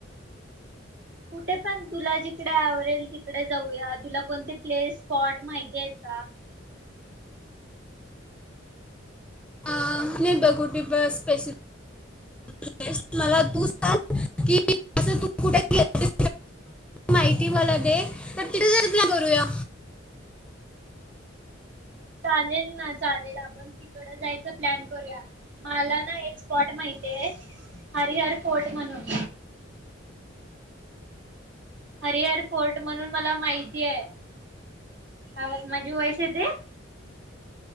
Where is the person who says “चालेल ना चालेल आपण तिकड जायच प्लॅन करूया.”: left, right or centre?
Right